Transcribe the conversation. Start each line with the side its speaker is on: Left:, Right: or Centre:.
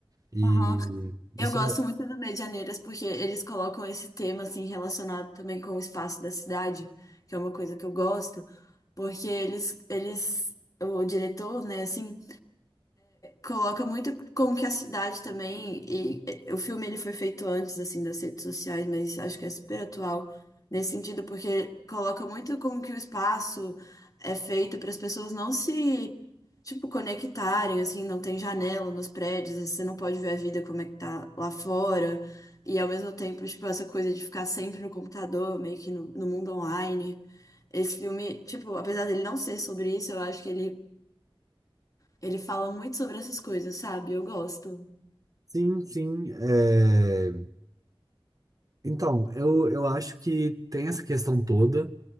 Right: E
Left: Aham. Eu
Right: isso
Left: gosto
Right: é.
Left: muito do Medianeiras porque eles colocam esse tema assim relacionado também com o espaço da cidade, que é uma coisa que eu gosto, porque eles eles o diretor, né, assim, coloca muito como que a cidade também, e eh, o filme ele foi feito antes assim das redes sociais, mas acho que é super atual nesse sentido, porque coloca muito como que o espaço é feito para as pessoas não se tipo conectarem, assim, não tem janela nos prédios, você não pode ver a vida como é que tá lá fora. E ao mesmo tempo, tipo, essa coisa de ficar sempre no computador, meio que no, no mundo online. Esse filme, tipo, apesar dele não ser sobre isso, eu acho que ele ele fala muito sobre essas coisas, sabe? Eu gosto.
Right: Sim, sim. é, Então, eu, eu acho que tem essa questão toda.